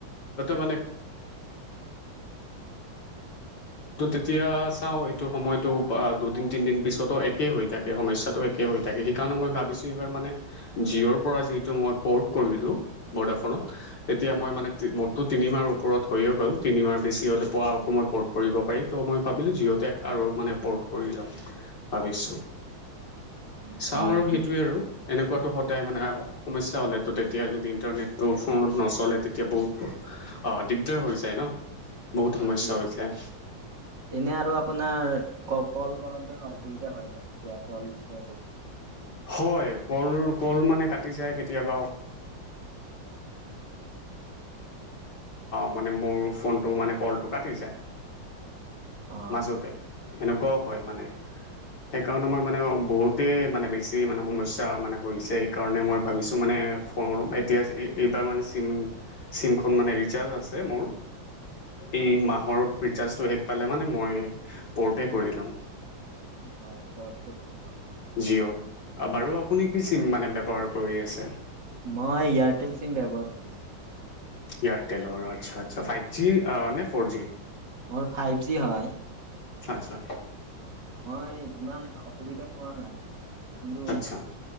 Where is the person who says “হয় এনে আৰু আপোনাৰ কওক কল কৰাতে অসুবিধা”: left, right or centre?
Right